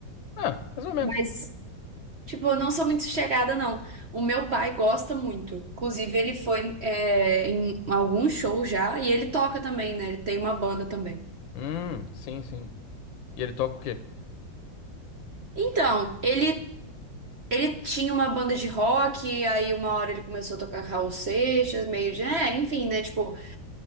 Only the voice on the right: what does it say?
Mas Tipo, eu não sou muito chegada, não. O meu pai gosta muito. Inclusive, ele foi, é, em algum show já e ele toca também, né? Ele tem uma banda também.
Então, ele, ele tinha uma banda de rock, aí uma hora ele começou a tocar Raul Seixas, meio de. É, enfim, né? Tipo,